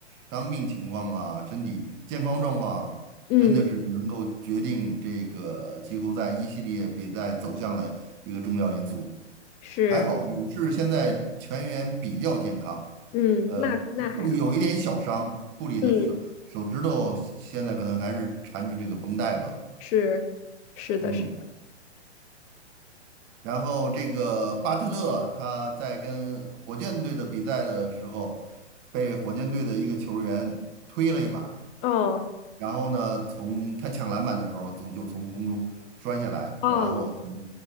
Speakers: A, on the right; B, on the left.
A: 伤病情况啊、身体健康状况啊，
B: 嗯，
A: 真的是能够决定这个季后赛一系列比赛走向的一个重要因素。
B: 是，
A: 还好，勇士现在全员比较健康，
B: 嗯，
A: 呃，
B: 那那还好，
A: 库里有一点小伤，库里的手手指头现在可能还是缠着这个绷带吧，
B: 嗯。是是的，
A: 嗯。
B: 是的，
A: 然后这个巴特勒他在跟火箭队的比赛的时候，被火箭队的一个球员推了一把，
B: 哦
A: 然后呢，从他抢篮板的时候，从就从空中摔下来，
B: 哦，
A: 然后可能